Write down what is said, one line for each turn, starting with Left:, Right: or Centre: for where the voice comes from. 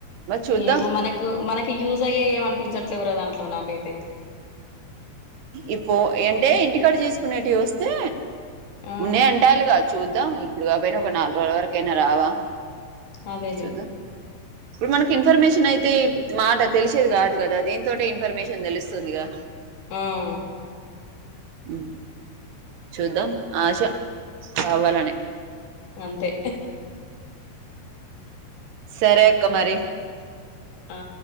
Right: చూద్దాం
Left: ఏమో మనకు మనకి యూజ్ అయ్య ఏమం కుపించట్లే ఎవరొ దాంట్లో నాకైతే
Right: ఇప్పు అంటే ఇంటికాడు చేసుకునేటివి వస్తే
Left: ఆ
Right: ఉన్నాయి అంటారుగా చూద్దాం ఇప్పుడు కాపోయినా ఒక నాలుగు రోజుల వరకయినా రావా
Left: అదేలేే
Right: చూద్దాం ఇప్పుడు మనకి ఇన్ఫర్మేషన్ అయితే మాట తెలిసేది కాదు కదా దింతోటే ఇన్ఫర్మేషన్ తెలుస్తుందిగా
Left: హ్మ్మ్
Right: మ్ చూద్దాం ఆశ కావాలని
Left: అంతే
Right: సరే అక్క మరి
Left: ఆ